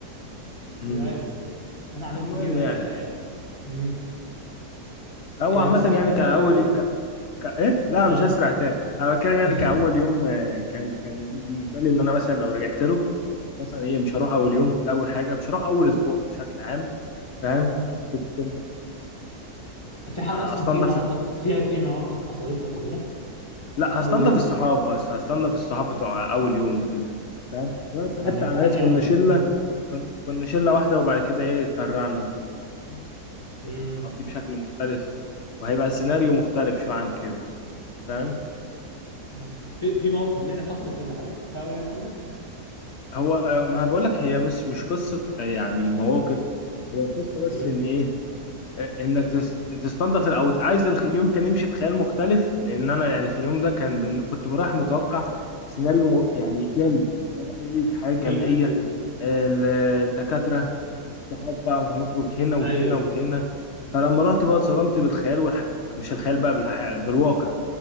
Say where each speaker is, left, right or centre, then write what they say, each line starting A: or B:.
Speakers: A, on the left (about 65°); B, on the left (about 20°).
A: امم
B: مش عارف انا عملت
A: المهم
B: كده آه،
A: يعني
B: يعني امم
A: او
B: ايه
A: عامه
B: هتسرح
A: يعني
B: تاني
A: كاول
B: ولا ايه
A: ك... ك... ايه لا مش
B: اه
A: هسرع تاني انا بتكلم يعني
B: <laughs>
A: كاول يوم آه، كان كان يعني بالنسبه لي ان انا مثلا لو رجعت له كنت مثلا ايه مش هروح اول يوم ده اول حاجه مش هروح اول اسبوع بشكل عام فاهم
B: اه
A: كنت آه،
B: طب في حاجه
A: هستنضف
B: اصلا في مواقف فيها في مواقف حصلت لك وكده
A: لا هستنضف
B: اول يوم
A: الصحاب بس هستنضف الصحاب بتوع اول يوم وكده فاهم لو انا صاحبت
B: طب ما انت
A: على
B: عادي
A: ناس
B: يا
A: كنا
B: عم
A: شله
B: من
A: كن- كنا شله واحده وبعد كده ايه اتفرعنا وكده فيعني
B: من
A: اليوم كنت هقضيه بشكل مختلف وهيبقى السيناريو مختلف شويه عن كده فاهم
B: آه. في في مواقف
A: بس
B: يعني حصلت ولا حاجة في أول يوم عندك؟
A: هو آه، ما بقول لك هي مش مش قصه آه، يعني مواقف هي قصه بس
B: مم.
A: ان ايه انك تس- تستنضف او عايز الخ- اليوم كان يمشي بخيال مختلف لان انا يعني في اليوم ده كان بن... كنت رايح متوقع سيناريو م... يعني جامد اللي هو بقى ايه حياه جمعيه
B: أكيد أكيد آه.
A: ال- الدكاتره الصحاب بقى وهنخرج هنا وهنا
B: أيوه
A: وهنا فلما رحت بقى اتصدمت بالخيال والح... مش الخيال بقى بالح... بالواقع